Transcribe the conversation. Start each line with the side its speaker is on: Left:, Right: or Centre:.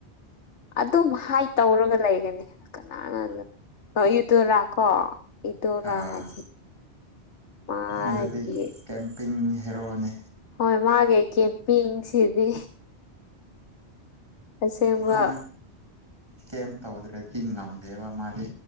Left: ꯑꯗꯨꯝ ꯍꯥꯏꯠ ꯇꯧꯔꯒ ꯂꯩꯒꯅꯤ ꯀꯅꯥꯅꯣ ꯑꯗꯨ꯫ ꯑ ꯏ꯭ꯌꯨꯗꯣꯔꯥ ꯀꯣ ꯏꯗꯣꯔꯥ
Right: ꯑꯥ
Left: ꯍꯥꯏꯁꯦ꯫ ꯃꯥꯒꯤ
Right: ꯑꯗꯨꯗꯤ ꯀꯦꯝꯄꯤꯡ ꯍꯦꯔꯣꯅꯦ꯫
Left: ꯍꯣꯏ ꯃꯥꯒꯤ ꯀꯦꯝꯄꯤꯡꯁꯤꯗꯤ꯫ ꯑꯁꯦꯡꯕ꯫
Right: ꯃꯥ ꯀꯦꯝ ꯇꯧꯗ꯭ꯔꯗꯤ ꯉꯝꯗꯦꯕ ꯃꯥꯗꯤ꯫